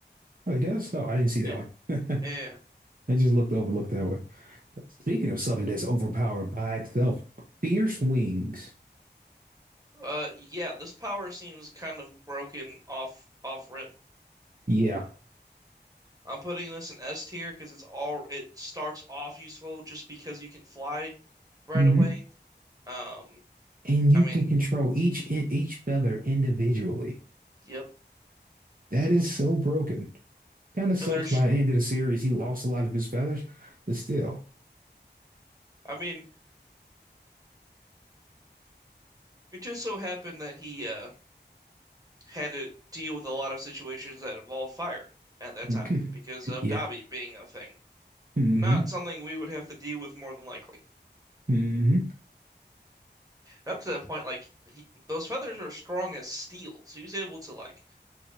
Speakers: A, on the right; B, on the right.
A: Oh, he does? Oh, I didn't see
B: yeah,
A: that one. <laughs>
B: yeah. yeah. yeah.
A: It just looked overlooked that way. But speaking of something that's overpowered by itself, fierce wings.
B: Uh, yeah. This power seems kind of broken off off rip.
A: Yeah.
B: I'm putting this in S tier because it's all it starts off useful just because you can fly right
A: Mm-hmm.
B: away. Um,
A: And you
B: I mean,
A: can control each each feather individually.
B: yep.
A: That is so broken. Kind of sucks
B: And there's,
A: by the end of the series. He lost a lot of his feathers, but still.
B: I mean, it just so happened that he uh had to deal with a lot of situations that involved fire at that
A: <laughs>
B: time because of
A: yeah.
B: Dobby being a thing.
A: Mm-hmm.
B: Not something we would have to deal with more than likely.
A: Mm-hmm.
B: And up to that point, like he, those feathers are strong as steel, so he was able to like